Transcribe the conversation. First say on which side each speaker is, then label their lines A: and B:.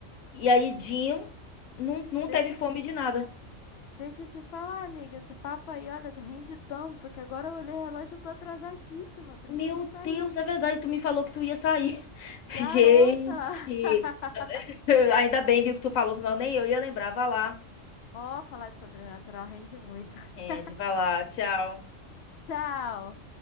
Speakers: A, on the left; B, on the left.
A: E aí Jim não, não
B: Deixa,
A: teve fome de nada.
B: deixa eu te falar, amiga. Esse papo aí, olha, rende tanto que agora eu olhei o relógio e tô atrasadíssima. Preciso
A: Meu
B: sair.
A: Deus, é verdade, tu me falou que tu ia sair.
B: Garota!
A: Gente,
B: <laughs>
A: <laughs> ainda bem, viu, que tu falou, senão nem eu ia lembrar. Vá lá.
B: Ó, falar de sobrenatural rende muito.
A: É,
B: <laughs>
A: de vá lá. Tchau.
B: Tchau!